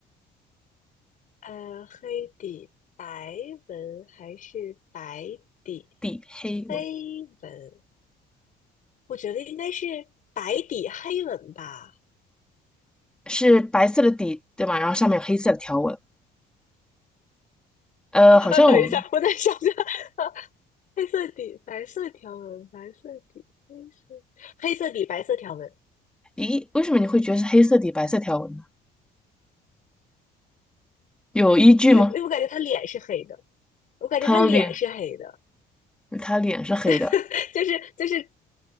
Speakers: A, on the left; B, in the centre.
A: 呃，黑底白纹还是白底
B: 底黑纹
A: 黑纹？我觉得应该是白底黑纹吧。
B: 是白色的底，对吗？然后上面有黑色的条纹，
A: <laughs>
B: 呃，
A: 啊啊，
B: 好像我们，
A: 等一下，我在想想，<laughs> 黑色底，白色条纹，白色底，黑色，黑色底，白色条纹。
B: 咦，为什么你会觉得是黑色底白色条纹呢？有依据吗？
A: 因为因为我感觉他脸是黑的，我感觉他脸是黑的，
B: 他的脸，他脸是黑的，
A: <laughs> 就是就是，